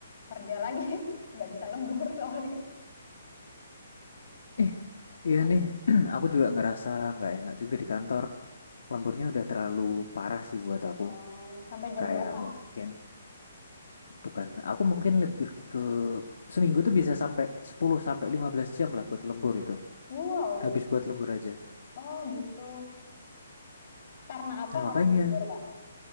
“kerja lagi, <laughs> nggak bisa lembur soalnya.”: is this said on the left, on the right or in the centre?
Left